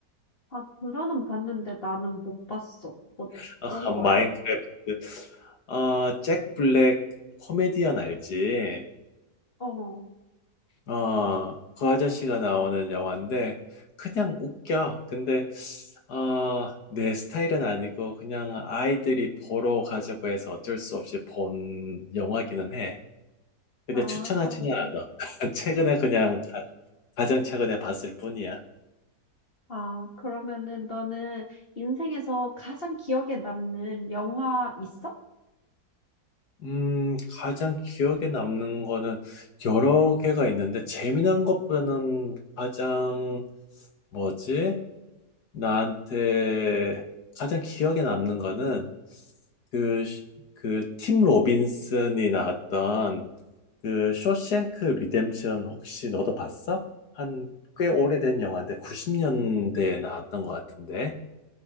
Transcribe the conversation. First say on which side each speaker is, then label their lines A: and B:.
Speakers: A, on the left; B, on the left.
A: 아, 드라는 봤는데 나는 못 봤어. 어떤
B: <laughs> 아, 마인크래프트.
A: 거야?
B: 어, 잭 블랙 코미디언 알지?
A: 어,
B: 어, 그 아저씨가 나오는 영화인데, 그냥 웃겨. 근데, 어, 내 스타일은 아니고, 그냥 아이들이 보러 가자고 해서 어쩔 수 없이 본 영화기는 해. 근데
A: 아,
B: 추천하지는
A: 그렇구나.
B: 않아. <laughs> 최근에 그냥 가장 최근에 봤을 뿐이야.
A: 아, 그러면은 너는 인생에서 가장 기억에 남는 영화 있어?
B: 음, 가장 기억에 남는 거는 여러 개가 있는데, 재미난 것보다는 가장, 뭐지? 나한테 가장 기억에 남는 거는, 그, 그, 팀 로빈슨이 나왔던 그 쇼생크 리뎀션 혹시 너도 봤어? 한 꽤 오래된 영화인데 90년대에 나왔던 것 같은데.